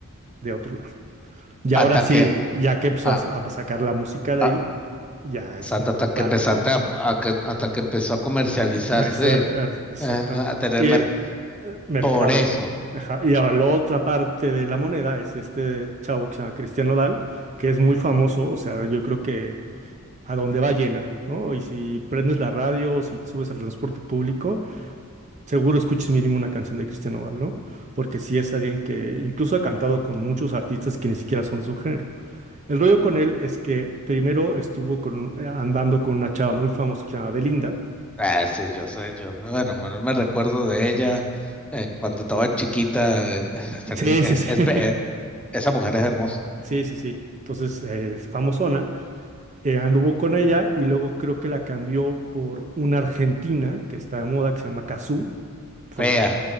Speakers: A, on the right; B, in the centre.
A: de otro lado. Y
B: hasta
A: ahora sí,
B: que,
A: ya que empezó
B: a,
A: a, a sacar la música de
B: a,
A: ahí, ya
B: o
A: es
B: sea, hasta
A: mexicana,
B: que empezaste
A: ¿no?
B: a, a que- hasta que empezó a comercializarse,
A: Ah, esa- ah, exactamente.
B: eh, a tener
A: Y
B: merc-
A: eh, mercado.
B: Por eso.
A: ajá. Y ahora la otra parte de la moneda es este chavo que se llama Cristian Nodal, que es muy famoso, o sea, yo creo que a donde va llena, ¿no? Y si prendes la radio, o si subes al transporte público, seguro escuches mínimo una canción de Cristian Nodal, ¿no? Porque sí es alguien que incluso ha cantado con muchos artistas que ni siquiera son de su género. El rollo con él es que primero estuvo con, eh, andando con una chava muy famosa que se llama Belinda.
B: Ah, sí, yo sé, yo, bueno, me me recuerdo de ella eh, cuando estaba chiquita. eh, esa
A: Sí,
B: ni- es,
A: sí, sí.
B: es
A: <laughs>
B: be- eh, esa mujer es hermosa.
A: Sí, sí, sí. Entonces eh, es famosona. Eh, anduvo con ella y luego creo que la cambió por una argentina que está de moda que se llama Cazzu. por
B: Fea,
A: la-